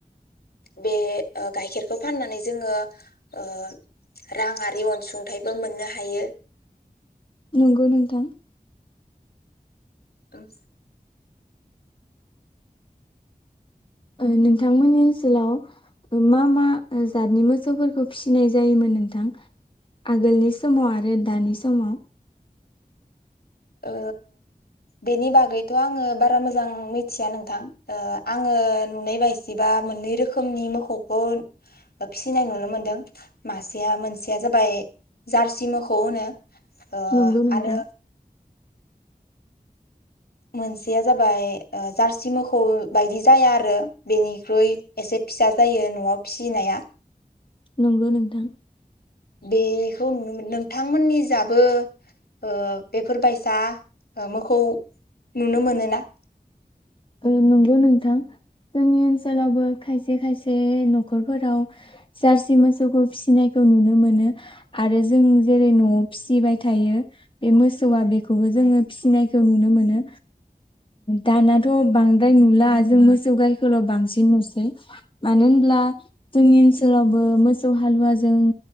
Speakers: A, on the left; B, on the left.
A: बे ओ गाइखेरखौ फाननानै जोङो ओ रांआरि अनसुंथाइबो मोननो हायो।
B: नंगौ नोंथां।
A: ओं
B: ओ नोंथांमोननि ओनसोलाव मा मा जातनि मोसौफोरखौ फिनाय जायोमोन नोंथां आगोलनि समाव आरो दानि समाव?
A: ओ बेनि बागैथ आङो बारा मोजां मिथिया नोंथां ओ आङो नुनाय बायसिबा मोननै रोखोमनि मोखौखौ फिसिनाय नुनो मोनदों मासेया मोनसेया जाबाय जार्सि मोखौ होनो। ओ
B: नंगौ नोंथां।
A: आरो मोनसेया जाबाय ओ जार्सि मोखौ बायदि जाया आरो बेनिख्रुइ एसे फिसा जायो नआव फिसिनाया।
B: नंगौ नोंथां।
A: बेखौ नुनो मोन नोंथांमोननि जाबो ओ बेफोर बायसा मोखौ नुनो मोनोना?
B: ओ नंगौ नोंथां जोंनि ओनसोलावबो खायसे खायसे नखरफोराव जार्सि मोसौखौ फिसिनायखौ नुनो मोनो आरो जों जेरै नआव फिसिबाय थायो बे मोसौआ बेखौबो जोङो फिसिनायखौ नुनो मोनो दाना थ बांद्राय नुला जों मोसौ गायखौल बांसिन नुसै मानो होनब्ला जोंनि ओनसोलावबो मोसौ हालुवाजों